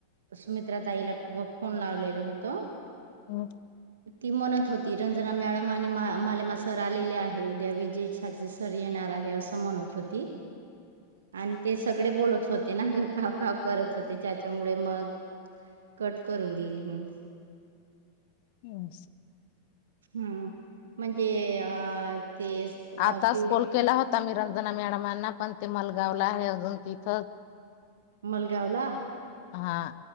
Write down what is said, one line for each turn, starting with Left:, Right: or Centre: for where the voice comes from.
Right: सुमित्रा ताईला फोन लावलेलो होतो...
Left: हो...
Right: ती म्हणत होती रंजना मॅडम आणि मालेमा सर आलेले आहे उद्या विजय झाचे सर येणार... येणार आहे असं म्हणत होती आणि ते सगळे बोलत होते ना ग.. काम करत होते त्याच्यामुळे मग कट करून दिली मी....
Left: हम्म,
Right: हम् म्हणजे अ ते अ
Left: आताच
Right: क...
Left: कॉल केला होता मी रंजना मॅडमांना पण ते मलगावला आहे अजून तिथं..
Right: मलगाव ला...
Left: हा